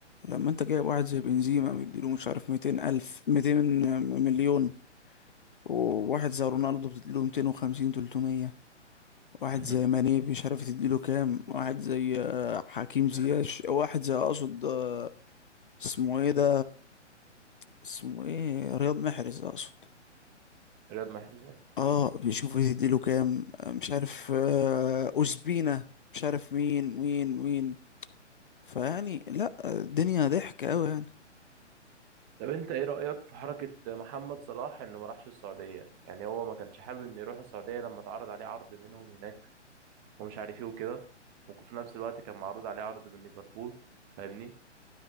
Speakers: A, on the left; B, on the right.
A: لما انت جايب واحد زي بنزيما مديله مش عارف ميتين ألف ميتين مليون وواحد زي رونالدو بتديله ميتين وخمسين تلتمية واحد
B: <laughs>
A: زي ماني مش عارف تديله كام واحد زي آه، حكيم زياش واحد زي أقصد آه، اسمه ايه ده اسمه ايه رياض محرز أقصد
B: رياض محرز يعني
A: اه بيشوفوا يديله كام آه، مش عارف آه، أوزبينا مش عارف مين مين مين فيعني لا الدنيا ضحك قوي يعني
B: طب انت ايه رايك في حركه محمد صلاح انه ما راحش السعوديه يعني هو ما كانش حابب انه يروح السعوديه لما اتعرض عليه عرض منهم هناك ومش عارف ايه وكده وفي نفس الوقت كان معروض عليه عرض من ليفربول فاهمني